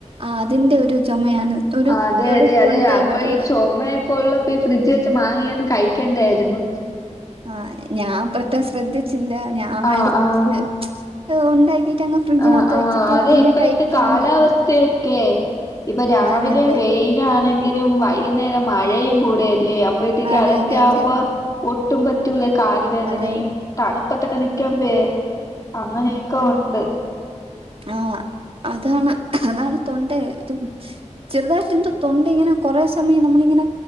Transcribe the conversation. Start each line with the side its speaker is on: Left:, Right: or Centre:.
Right: ആഹ് അതിന്റെ ഒരു ചുമയാണ് ഒരു
Left: അതെ
Right: ഒരു
Left: അതെ
Right: തൊണ്ടയിലൊരിത്
Left: അതെ അപ്പ ഈ ചുമ കൊള്ളപ്പോ ഫ്രിഡ്ജ് വെച്ച് മാങ്ങിയന്ന് കഴിക്കണ്ടായിരുന്നു
Right: ആഹ് ഞാൻ പത് ശ്രദ്ധിച്ചില്ല ഞാൻ
Left: ആഹ്
Right: അടിച്ച്
Left: ആഹ്
Right: ഉണ്ടാക്കിട്ട് അങ്ങ് ഫ്രിഡ്ജിനകത്ത്
Left: ആഹ് ആഹ്
Right: വെച്ചിട്ട്
Left: അതെ
Right: പിന്നെ
Left: ഇപ്പയെത്തെ
Right: കഴിക്കാന്ന്
Left: കാലാവസ്ഥയ
Right: പറഞ്ഞു
Left: ക്കേ ഇപ്പൊ രാവിലെ
Right: അതെ അതെ
Left: വെയിലാണെങ്കിലും വൈകുന്നേരം മഴയും കൂടെല്ലേ അപ്പഴത്തേക്കും
Right: അതെ
Left: അതൊക്കെ
Right: അതെ അതെ
Left: ആകുമ്പോ ഒട്ടും പറ്റൂല കാല് വേദനയും
Right: അതെ അതെ
Left: തണുപ്പത്തൊക്കെ നിക്കാമ്പെ അങ്ങനെയൊക്കെ ഉണ്ട്
Right: ആഹ് അതാണ് അതാണ് തൊണ്ടേ ഇതും ചെറുതായിട്ട് എന്തുവാ തൊണ്ട ഇങ്ങനെ കുറെ സമയം നമ്മളിങ്ങനെ